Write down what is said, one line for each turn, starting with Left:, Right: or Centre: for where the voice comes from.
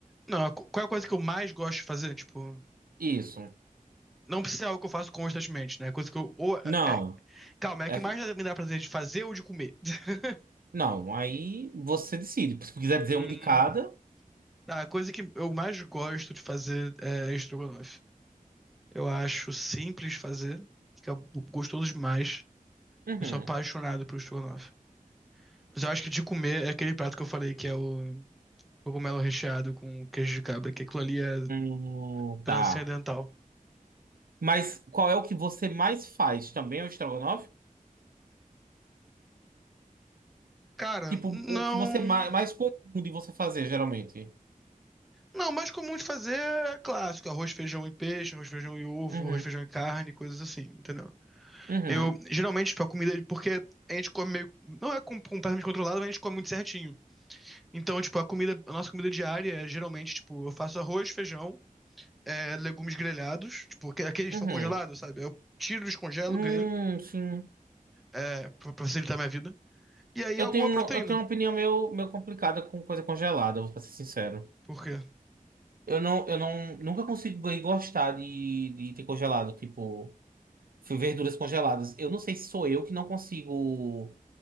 Centre: não, a co- qual é a coisa que eu mais gosto de fazer? Tipo,
Right: Isso.
Centre: não precisa ser algo que eu faço constantemente, né? É Coisa que eu. Ou, é-
Right: Não.
Centre: é- calma, é a
Right: É
Centre: que mais me dá prazer de fazer ou de comer? <laughs>
Right: Não, aí você decide. Se quiser dizer
Centre: Hum,
Right: um de cada.
Centre: tá, a coisa que eu mais gosto de fazer é estrogonofe. Eu acho simples de fazer, fica bu- gostoso demais.
Right: Uhum.
Centre: Eu sou apaixonado por estrogonofe. Mas eu acho que de comer é aquele prato que eu falei que é o cogumelo recheado com queijo de cabra, que aquilo ali é
Right: Hum,
Centre: transcendental.
Right: tá. Mas qual é o que você mais faz? Também é o estrogonofe?
Centre: Cara,
Right: Tipo,
Centre: não.
Right: o que você mais, mais comum de você fazer, geralmente?
Centre: Não, o mais comum de fazer é clássico, arroz, feijão e peixe, arroz, feijão e ovo,
Right: Uhum,
Centre: arroz, feijão e carne, coisas assim, entendeu?
Right: uhum,
Centre: Eu, geralmente, tipo, a comida, porque a gente come meio, não é com- completamente controlado, mas a gente come muito certinho. Então, tipo, a comida, a nossa comida diária é, geralmente, tipo, eu faço arroz, feijão, é, legumes grelhados, tipo, aque- aqueles que
Right: uhum.
Centre: estão congelados, sabe? Eu tiro, descongelo,
Right: Hum,
Centre: grelho,
Right: sim.
Centre: é, pra pra facilitar minha vida. E aí,
Right: Eu
Centre: alguma
Right: tenho uma,
Centre: proteína,
Right: eu tenho uma opinião meio, meio complicada com coisa congelada, vou ser sincero.
Centre: por quê?
Right: Eu não, eu não, nunca consigo gostar de, de ter congelado, tipo, verduras congeladas. Eu não sei se sou eu que não consigo.